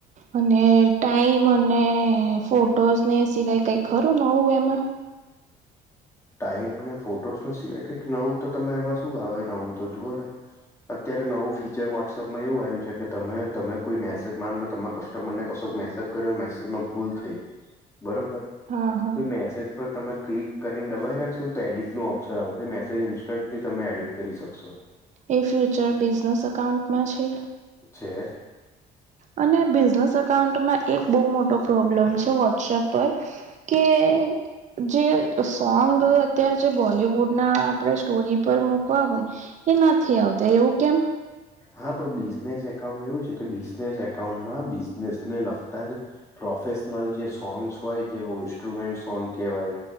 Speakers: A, on the right (about 45°); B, on the left (about 15°).
A: અને ટાઈમ અને ફોટોઝ ને સિવાય કઈ ખરું નવું એમાં
B: ટાઈમ ને ફોટોસ સિવાય કઈક નવું તો તમે એમાં શું આવે નવું તો જુઓ ને અત્યારે નવું ફીચર વોટ્સઅપમાં એવું આવ્યું છે કે તમે તમે કોઈ મેસેજ માન લો તમા કસ તમનૅ કશો મેસેજ કર્યો મેસેજમાં ભૂલ થઈ બરોબર
A: હા હા.
B: તો મેસેજ પર તમે ક્લિક કર પીન દબાઈ રાખશો તો એડિટ ન ઓપ્શન આવશે મેસેજ ઇન્સ્ટન્ટલી તમે એડિટ કરી શકશો
A: એ ફ્યુચર બિઝનેસ અકાઉન્ટમાં છે
B: છે
A: અને બિઝનેસ અકાઉન્ટમાં એક બહુ મોટો પ્રોબ્લેમ છે વોટ્સપ પર કે જે સોંગ અત્યારે જે બોલિવુડ ના આપણે સ્ટોરી પર મૂકવા હોય એ નથી આવતા એવું કેમ
B: હા પણ બિઝનેસ એકાઉન્ટમાં એવું છે કે બિઝનેસ એકાઉન્ટમાં બિઝનેસને લગતા જ પ્રોફેશનલ જે સોંગ્સ હોય જે બહ ઇન્સ્ટ્રુમેન્ટ સોંગ કહેવાય